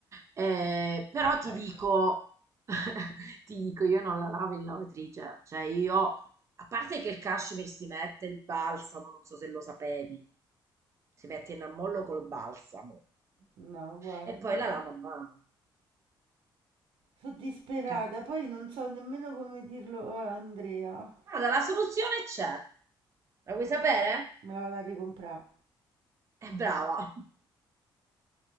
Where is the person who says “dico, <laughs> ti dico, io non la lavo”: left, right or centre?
Right